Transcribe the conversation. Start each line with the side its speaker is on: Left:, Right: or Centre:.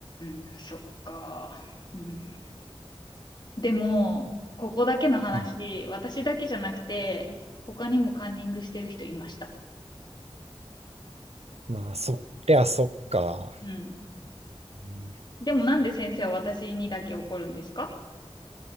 Left: ん、そっか。うん、でも、ここだけの話、
Right: うん。
Left: 私だけじゃなくて、他にもカンニングしてる人いました。
Right: まあそりゃそっか。
Left: うん。
Right: うん
Left: でもなんで先生は私にだけ怒るんですか